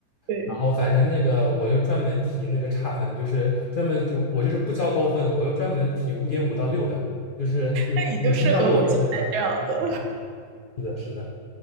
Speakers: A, on the right; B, on the left.
A: 对，
B: 然后反正那个我又专门提那个差分，就是专门就我就是不交高分的，我又专门提五点五到六的，就是五分到六分这段。
A: 那你就适合我现在这样子。
B: 嗯，是的，是的，